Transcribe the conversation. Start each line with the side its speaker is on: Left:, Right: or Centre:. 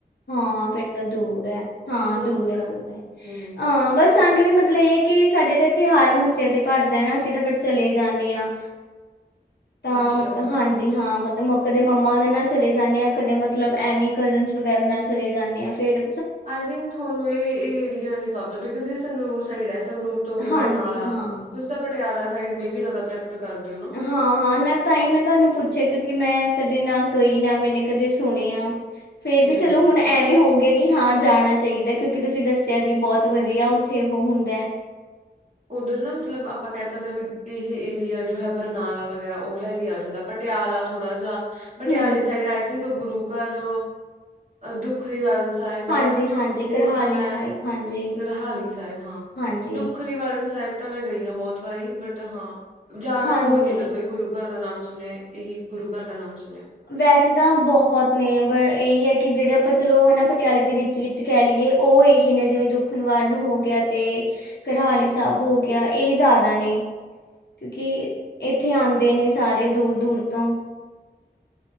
Left: ਹਾਂ, ਫੇਰ ਤਾਂ ਦੂਰ ਐ। ਹਾਂ
Right: ਨਾ ਨਾ
Left: ਦੂਰ ਐ,
Right: ਆ
Left: ਦੂਰ ਐ।
Right: ਹੂੰ ਹੂੰ
Left: ਆਂ ਬਸ ਤਾਨੂੰ ਵੀ ਮਤਲਬ ਏ ਐ ਕਿ ਸਾਡੇ ਤਾਂ ਏੱਥੇ ਹਰ ਮਸਿਆ ਤੇ ਭਰਦੈ ਨਾ ਅਸੀ ਤਾਂ ਫੇਰ ਚਲੇ ਜਾਂਨੇ ਆਂ। ਤਾਂ
Right: ਅੱਛਾ
Left: ਮਤਲਬ, ਹਾਂਜ ਜੀ ਹਾਂ ਮਤਲਬ ਮ ਕਦੇ ਮੰਮਾ ਓਨਾਂ ਨਾਲ ਚਲੇ ਜਾਂਨੇ ਆਂ ਕਦੇ ਮਤਲਬ ਐਵੇਂ ਕਜ਼ਨਸ ਵਗੈਰਾ ਨਾਲ ਚਲੇ ਜਾਂਨੇ ਆਂ ਫੇਰ
Right: ਆਈ ਥਿੰਕ ਥੋਆਨੂੰ ਏ ਏਅ ਏਰੀਆ ਨੀ ਫਬਦੇ ਬਿਕੋਜ ਏ ਸੰਗਰੂਰ ਸਾਈਡ ਐ। ਸੰਗਰੂਰ ਤੋਂ ਅੱਗੇ
Left: ਹਾਂਜੀ
Right: ਬਰਨਾਲਾ,
Left: ਹਾਂ
Right: ਤੁਸੀ ਚ ਪਟੇਆਲਾ ਸਾਈਡ ਮੈਂ ਬੀ ਜ਼ਾਦਾ ਪ੍ਰੈਫਰ ਕਾਰਦੇ ਓ ਨਾ।
Left: ਹਾਂ-ਹਾਂ ਨਾ ਤਾਂ ਈ ਮੈਂ ਤਾਂਨੂੰ ਪੁੱਛੇਆ ਕਿਉਂਕਿ ਮੈਂ ਕਦੇ ਨਾ ਗਈ ਨਾ ਮੈਨੇ ਕਦੇ ਸੁਣਿਆ। ਫਿਰ ਵੀ
Right: ਨਹੀਂ
Left: ਚਲੋ
Right: ਫਿਰ
Left: ਹੁਣ
Right: ਤੁਸੀਂ
Left: ਐਵੇਂ ਹੋ ਗਏ। ਕਿ ਹਾਂ ਜਾਣਾ ਚਾਹੀਦਾ ਕਿਉਂਕਿ ਤੁਸੀਂ ਦੱਸਿਆ ਵੀ ਬਹੁਤ ਵਧੀਆ ਉੱਥੇ ਉਹ ਹੁੰਦਾ ਹੈ।
Right: ਉਧਰ ਨਾ ਮਤਲਬ ਆਪਾਂ ਕਹਿ ਸਕਦੇ ਵੀ ਇਹ ਏਰੀਆ ਜੋ ਹੈ ਬਰਨਾਲਾ ਵਗੈਰਾ ਉਹ ਓਲਾ ਆ ਜਾਂਦਾ। ਪਟਿਆਲਾ ਥੋੜਾ ਜਿਹਾ ਪਟਿਆਲੇ
Left: ਹੂੰ
Right: ਸਾਈਡ ਆਈ ਥਿੰਕ ਗੁਰੂ ਘਰ ਦੁੱਖ ਵਾਰਨ ਸਾਹਿਬ ਹੈ
Left: ਹਾਂਜੀ ਹਾਂਜੀ
Right: ਹੋਰ
Left: ਕਰਹਾਲੀ
Right: ਤਾਂ ਮੈਂ
Left: ਸਾਹਿਬ ਹਾਂਜੀ
Right: ਕਰਹਾਲੀ ਸਾਹਿਬ ਹਾਂ
Left: ਹਾਂਜੀ
Right: ਦੁੱਖ ਦੁੱਖਵਾਰਨ ਸਾਹਿਬ ਤਾਂ ਮੈਂ ਗਈ ਹਾਂ ਬਹੁਤ ਵਾਰੀ ਬਟ ਹਾਂ ਜ਼ਿਆਦਾ
Left: ਹਾਂਜੀ
Right: ਹੋਰ ਨੀ ਮੈਂ ਕੋਈ ਗੁਰੂ ਗੁਰੂ ਘਰ ਦਾ ਨਾਮ ਸੁਣਿਆ! ਇਹੀ ਗੁਰੂ ਘਰ ਦਾ ਨਾਮ ਸੁਣਿਆ।
Left: ਵੈਸੇ ਤਾਂ ਬਹੁਤ ਨੇ ਇਹੀ ਹੈ ਕਿ ਜਿਹੜੇ ਆਪਾਂ ਚਲੋ ਹਨ ਨਾ ਪਟਿਆਲੇ ਦੇ ਵਿੱਚ ਵਿੱਚ ਕਹਿ ਲਈਏ ਉਹ ਇਹੀ ਨੇ ਜਿਵੇਂ ਦੁੱਖ ਵਾਰਨ ਹੋ ਗਿਆ ਤੇ ਕਰਹਾਲੀ ਸਾਹਿਬ ਹੋ ਗਿਆ ਇਹ ਜ਼ਿਆਦਾ ਨੇ। ਕਿਉਂਕਿ ਇੱਥੇ ਆਉਂਦੇ ਨੇ ਸਾਰੇ ਦੂਰ ਦੂਰ ਤੋਂ